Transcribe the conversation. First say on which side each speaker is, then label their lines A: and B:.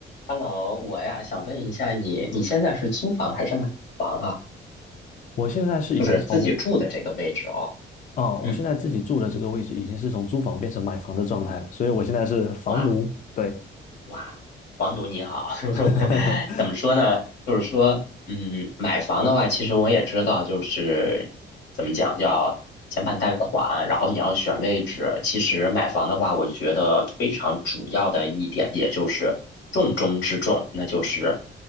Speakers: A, on the left; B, on the left.
A: Hello，我呀想问一下你，你现在是租房还是买房啊？
B: 我现在是已经从，
A: 就是自己住的这个位置哦。
B: 啊，我现在自己住的这个位置已经是从租房变成买房的状态了，
A: 嗯，
B: 所以我现在是房奴，
A: 哇
B: 对，
A: 哇，房奴你好，<laughs>
B: <laughs>
A: 怎么说呢？就是说，嗯，买房的话，其实我也知道，就是怎么讲，叫先办贷款，然后你要选位置。其实买房的话，我觉得非常主要的一点，也就是重中之重，那就是